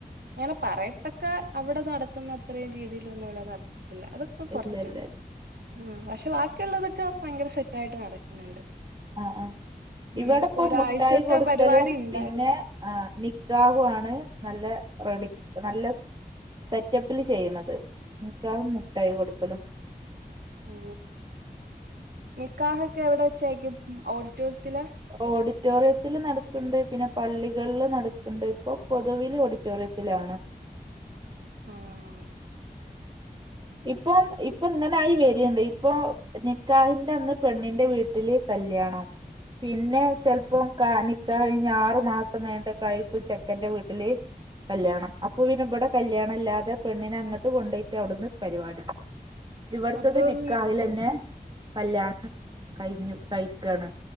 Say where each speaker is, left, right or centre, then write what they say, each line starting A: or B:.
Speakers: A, on the right (about 85°); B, on the right (about 30°).
A: ങ്ങനെ പറയത്തക്ക അവിടെ നടത്തുന്ന അത്രയും രീതിയിലൊന്നും ഇവിടെ നട അതൊക്കെ കൊറച്ചാ
B: ഇല്ല ഇല്ല ഇല്ല
A: ഉം പക്ഷെ ബാക്കിയുള്ളതൊക്കെ ഭയങ്കര സെറ്റായിട്ട് നടക്കുന്നുണ്ട്
B: ആ ആ
A: ഉം
B: ഇവിടെ
A: അപ്പൊ
B: ഇപ്പൊ
A: ഒരാഴ്ചത്തെ
B: മുട്ടായി കൊടുക്കലും
A: പരിപാടി
B: പി
A: ഉണ്ടായിരുന്നു
B: പിന്നെ ആ നിക്കാഹു ആണ് നല്ല റെഡി നല്ല സെറ്റപ്പിൽ ചെയ്യണത് നിക്കാഹും മുട്ടായി കൊടുക്കലും
A: ഓ നിക്കാഹൊക്കെ എവിടെ വച്ചായിരിക്കും ഓഡിറ്റോറിയത്തിലാ
B: ഓഡിറ്റോറിയത്തില് നടക്കണ്ട് പിന്നെ പള്ളികളില് നടക്കണ്ട് ഇപ്പൊ പൊതുവില് ഓഡിറ്റോറിയത്തിലാണ്
A: ആഹ
B: ഇപ്പം ഇപ്പൊ ഇങ്ങനായി വരിയിണ്ട് ഇപ്പൊ നിക്കാഹിന്റെ അന്ന് പെണ്ണിന്റെ വീട്ടില് കല്യാണം പിന്നെ ചിലപ്പോം കാ നിക്കാഹ് കഴിഞ്ഞ് ആറു മാസം കഴിഞ്ഞിട്ടക്കായിരിക്കും ചെക്കന്റെ വീട്ടില് കല്യാണം അപ്പൊ ഇനി ഇവിടെ കല്യാണ ഇല്ലാതെ പെണ്ണിനെ അങ്ങോട്ട് കൊണ്ടോയിട്ട് അവിടുന്ന് പരിപാടി ഇവിടത്തത്
A: അപ്പം
B: നിക്കാഹിലന്നെ കല്യാണം കഴഞ്ഞു കഴിക്കയാണ്